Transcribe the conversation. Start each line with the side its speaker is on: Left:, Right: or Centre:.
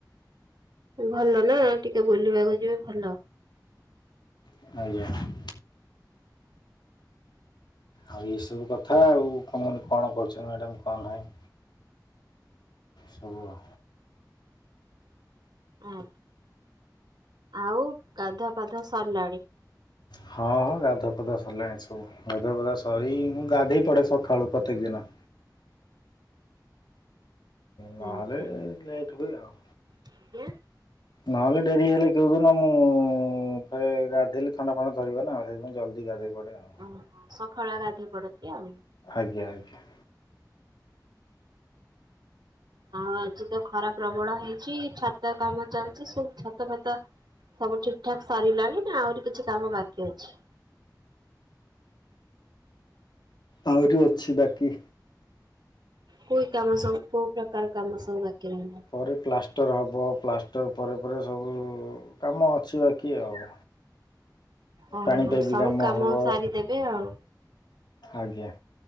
Right: ଭଲ ନା ଟିକେ ବୁଲିବାକୁ ଯିବେ ଭଲ।
Left: ଆଜ୍ଞା। ଆଉ ଏଇ ସବୁ କଥା ଆଉ କଣ କଣ କରୁଛନ୍ତି ମ୍ୟାଡ଼ାମ କଣ ନାହିଁ। ସବୁ ଆଉ।
Right: ହଁ, ଆଉ ଗାଧୁଆ ପାଧୁଆ ସରିଲାଣି।
Left: ହଁ ହଁ ଗାଧୁଆପାଧୁଆ ସରିଲାଣି ସବୁ ଗାଧୁଆପଧା ସରି ମୁଁ ଗାଧେଇ ପଡେ ସକାଳୁ ପ୍ରତ୍ୟେକ ଦିନ। ନହେଲେ
Right: ଆଜ୍ଞା।
Left: ଲେଟ୍ ହୁଏ ଆଉ।
Right: ଆଜ୍ଞା।
Left: ନହଲେ ଡେରି ହେଲେ କେଉଁଦିନ ମୁଁ ଫରେ ଗାଧୋଇଲେ ଥଣ୍ଡା ଫଣ୍ଡା ଧରିବ ନା ସେଇଥପାଇଁ ଜଲ୍ଦି ଗାଧେଇ ପଡେ ଆଉ।
Right: ଓ ସକାଳୁଆ ଗାଧୋଇ ପଡନ୍ତି ଆଉ।
Left: ଆଜ୍ଞା ଆଜ୍ଞା।
Right: ଆଉ ଆଜି ତ ଖରା ପ୍ରବଳ ହେଇଛି ଛାତ କାମ ଚାଲିଛି ସବୁ ଛାତ ଫାତ ସବୁ ଠିକ ଠାକ ସରିଲାଣି ନା ଆହୁରି କିଛି କାମ ବାକି ଅଛି।
Left: ଆହୁରି ଅଛି ବାକି।
Right: କୁଇ କାମ ସବୁ କୋଉ ପ୍ରକାର କାମ ସବୁ ବାକି ରହିଲା।
Left: ପରେ ପ୍ଲାଷ୍ଟର ହବ ପ୍ଲାଷ୍ଟର ପରେ ପରେ ସବୁ କାମ ଅଛି ବାକି ଆଉ।
Right: ଓ
Left: ପାଣି
Right: ହୋ
Left: ପାଇପ୍
Right: ସବୁ କାମ
Left: ହେବ
Right: ସାରିଦେବେ ଆଉ।
Left: ଆଜ୍ଞା।